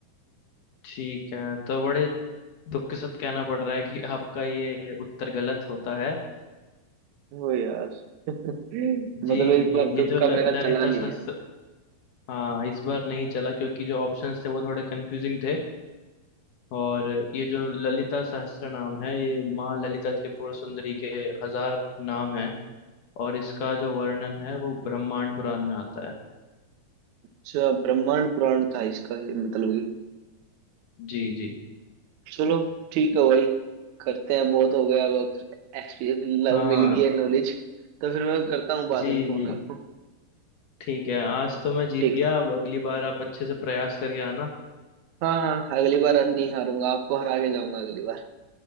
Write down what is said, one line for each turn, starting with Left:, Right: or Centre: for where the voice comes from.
Left: ठीक है तो बड़े दुख के साथ कहना पड़ रहा है कि आपका ये उत्तर गलत होता है
Right: हो यार <laughs> मतलब
Left: जी
Right: इस
Left: जी
Right: बार
Left: ये
Right: तुक्का
Left: जो ल-
Right: मेरा
Left: ललिता
Right: चला नहीं
Left: सहस्त्र
Right: है
Left: हाँ इस बार नहीं चला क्योंकि जो ऑप्शंस थे वो थोड़े कंफ्यूजिंग थे और ये जो ललिता सहस्त्र नाम है ये माँ ललिता त्रिपुर सुंदरी के हजार नाम है और इसका जो वर्णन है वो ब्रह्मांड पुराण में आता है
Right: अच्छा ब्रह्मांड पुराण था इसका ये मतलब
Left: जी जी
Right: कि चलो ठीक है भाई करते हैं बहुत हो गया अब एक्सपीरियंस लव
Left: हाँ
Right: मिल गई है नॉलेज तो फिर मैं करता हूँ बाद
Left: जी
Right: में फोन
Left: जी
Right: आपको
Left: ठीक है आज तो मैं जीत
Right: ठीक
Left: गया अब अगली बार आप अच्छे से प्रयास करके आना
Right: हाँ हाँ अगली बार नहीं हारूंगा आपको हरा के जाऊंगा अगली बार